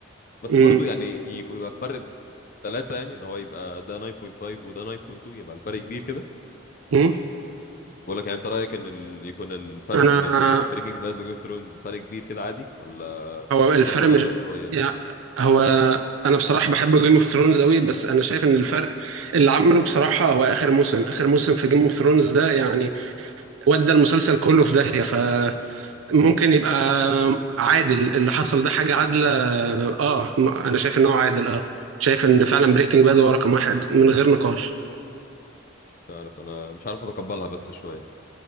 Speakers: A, on the left; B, on the right.
A: بس
B: م-
A: برضو يعني يكو- يبقى فرق ثلاثه يعني ان هو يبقى ده 9.5 وده 9.2 يبقى الفرق كبير كده
B: م.
A: بقول لك يعني انت رايك ان ال... يكون الفرق
B: انا
A: بين البريكنج باد وجيم اوف ثرونز فرق كبير كده عادي ولا
B: هو الفرق
A: شايفه ظالم
B: مش
A: شويه
B: يعني هو انا بصراحه بحب جيم اوف ثرونز قوي بس انا شايف ان الفرق اللي عمله بصراحه هو اخر موسم اخر موسم في جيم اوف ثرونز ده يعني ودى المسلسل كله في داهيه فممكن يبقى عادل اللي حصل ده حاجه عادله اه م- انا شايف ان هو عادل اه شايف ان فعلا بريكنج باد هو رقم واحد من غير نقاش
A: مش عارف انا مش عارف اتقبلها بس شويه